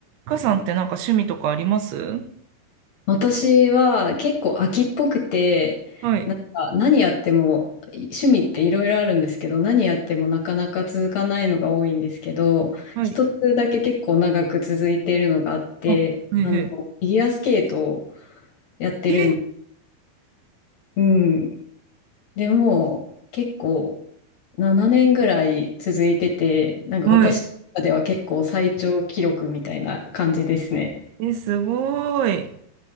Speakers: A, on the right; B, on the left.
A: かさんってなんか趣味とかあります
B: 私は結構飽きっぽくて、
A: はい。
B: なんか何やっても趣味っていろいろあるんですけど、何やってもなかなか続かないのが多いんですけど、
A: はい。
B: 一つだけ結構長く続いているのがあって、
A: あ、へえへ
B: あの、フィギュアスケートをやってるん、
A: え。え、
B: うん。でもう結構7年ぐらい続いてて、なんか私の中では結構最長記録みたいな感じですね。
A: はい。え、すごい。